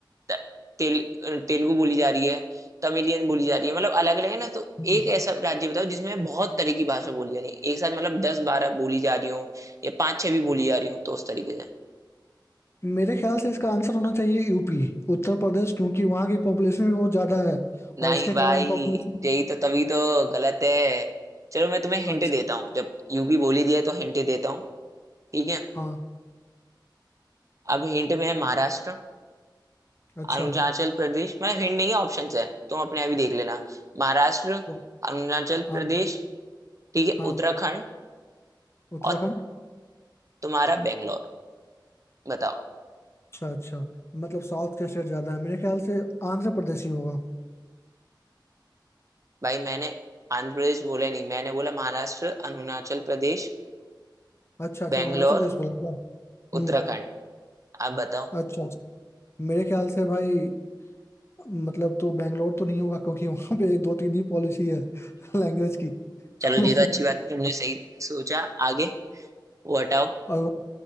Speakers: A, on the right; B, on the left.
A: त- तेल तेलुगु बोली जा रही है तमिलियन बोली जा रही है मतलब अलग अलग है ना तो
B: हम्म।
A: एक ऐसा राज्य बताओ जिसमें बहुत तरह की भाषा बोली जा रही है एक साथ मतलब दस बारह बोली जा रही हो या पांच छह भी बोली जा रही हो तो उस तरीके से
B: मेरे ख्याल से इसका आंसर होना चाहिए यूपी उत्तर प्रदेश क्योंकि वहाँ की पॉपुलेशन भी बहुत ज्यादा है
A: नहीं
B: और इसके
A: भाई
B: कारण पॉपुलेशन
A: यही तो तभी तो गलत है चलो मैं तुम्हें हिंट
B: अच्छा
A: देता हूँ जब यूपी बोली दिया है, तो हिंट देता हूँ ठीक है
B: हाँ
A: अब हिंट में है महाराष्ट्र
B: अच्छा
A: अरुणाचल प्रदेश मतलब हिंट नहीं है ऑप्शंस है तुम अपने आप ही देख लेना महाराष्ट्र
B: ओ,
A: अरुणाचल
B: हाँ
A: प्रदेश ठीक है
B: हाँ
A: उत्तराखंड
B: उत्तराखंड
A: और तुम्हारा बेंगलोर बताओ
B: अच्छा अच्छा मतलब साउथ के स्टेट ज्यादा है मेरे ख्याल से आंध्र प्रदेश ही होगा
A: भाई मैंने आंध्र प्रदेश बोला ही नहीं मैंने बोला महाराष्ट्र अरुणाचल प्रदेश
B: अच्छा अच्छा
A: बेंगलोर
B: अरुणाचल प्रदेश बोला क्या?
A: उत्तराखंड
B: हम्म
A: आप बताओ
B: अच्छा अच्छा मेरे ख्याल से भाई मतलब तो बैंगलोर तो नहीं होगा क्योंकि वहां पे दो तीन ही पॉलिसी है <laughs> लैंग्वेज की तो
A: चलो ये तो अच्छी बात है तुमने सही सोचा आगे वो हटाओ
B: और